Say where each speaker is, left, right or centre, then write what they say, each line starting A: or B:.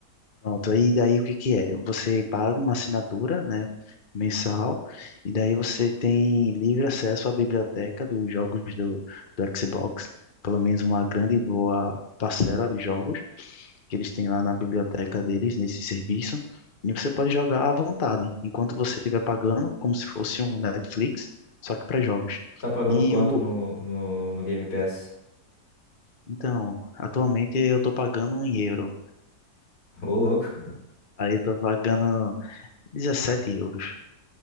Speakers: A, on the left; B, on the left.
A: Pronto, aí daí o que que é? Você paga uma assinatura, né, mensal, e daí você tem livre acesso à biblioteca dos jogos do, do Xbox, pelo menos uma grande e boa parcela de jogos que eles têm lá na biblioteca deles, nesse serviço, e você pode jogar à vontade, enquanto você estiver pagando, como se fosse um Netflix, só que para jogos.
B: Tá pagando
A: E
B: quanto
A: o,
B: no, no, no Game Pass?
A: então, atualmente eu estou pagando um euro,
B: <laughs> Ô, louco.
A: aí eu estou pagando 17 euros